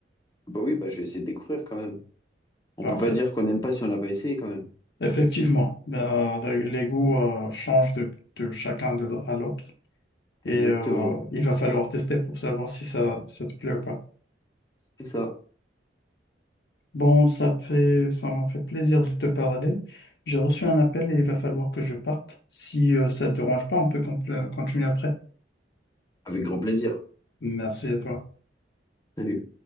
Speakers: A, on the left; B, on the left.
A: Bah oui, bah je vais essayer de découvrir quand même. On
B: Parfait.
A: peut pas dire qu'on n'aime pas si on n'a pas essayé quand même.
B: Effectivement, ben, les goûts euh, changent de, de chacun de- à l'autre et
A: Exactement.
B: euh, il va falloir tester pour savoir si ça, ça te plaît ou pas.
A: C'est ça.
B: Bon, ça fait, ça m'a fait plaisir de te parler. J'ai reçu un appel et il va falloir que je parte. Si euh, ça te dérange pas, on peut compl- continuer après.
A: Avec grand plaisir.
B: Merci à toi.
A: Salut.